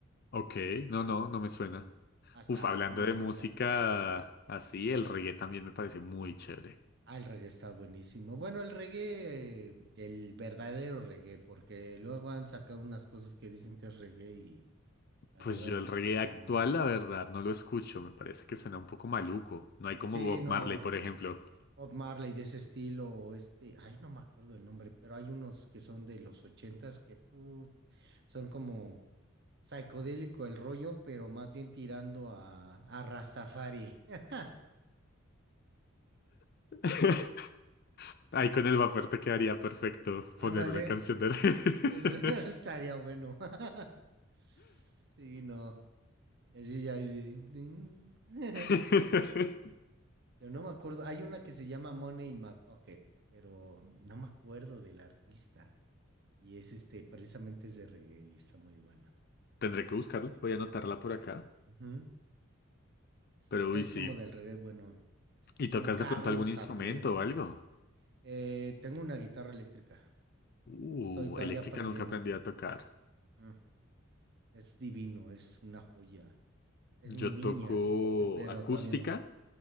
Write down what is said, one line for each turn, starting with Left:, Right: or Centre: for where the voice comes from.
Left: Ok, no, no, no me suena.
Right: Ah, está
Left: Uf, hablando
Right: muy
Left: de
Right: rica.
Left: música así, el reggae también me parece muy chévere.
Right: Ah, el reggae está buenísimo. Bueno, el reggae, eh, el verdadero reggae, porque luego han sacado unas cosas que dicen que es reggae y la
Left: Pues
Right: verdad
Left: yo el
Right: como
Left: reggae
Right: que
Left: actual,
Right: no.
Left: la verdad, no lo escucho, me parece que suena un poco maluco. No hay como
Right: Sí,
Left: Bob
Right: no.
Left: Marley, por ejemplo.
Right: Bob Marley de ese estilo, o este, ay, no me acuerdo el nombre, pero hay unos que son de los ochentas que puta, son como psicodélico el rollo, pero más bien tirando a, a Rastafari. <laughs>
Left: <laughs> Ahí con el vapor te quedaría perfecto
Right: Ándale,
Left: poner una canción de reggae.
Right: es- <laughs> estaría bueno. <laughs> Sí, no. Así ya. así, ding. <laughs>
Left: <laughs>
Right: Pero no me acuerdo. Hay una que se llama Money in My Pocket, pero no me acuerdo del artista. Y es este, precisamente es de reggae y está muy buena.
Left: Tendré
Right: Es,
Left: que buscarla, voy a anotarla por acá.
Right: ujú. Sí,
Left: Pero
Right: es
Left: uy, sí.
Right: como del reggae, bueno.
Left: ¿Y
Right: Don
Left: tocas
Right: Carlos
Left: de pronto algún instrumento
Right: también.
Left: o algo?
Right: Eh, tengo una guitarra eléctrica.
Left: Uh,
Right: Estoy todavía
Left: eléctrica
Right: aprendiendo.
Left: nunca aprendí a tocar.
Right: Mm. Es divino, es una joya. Es
Left: Yo
Right: mi niña,
Left: toco
Right: eh, pero
Left: acústica,
Right: todavía no.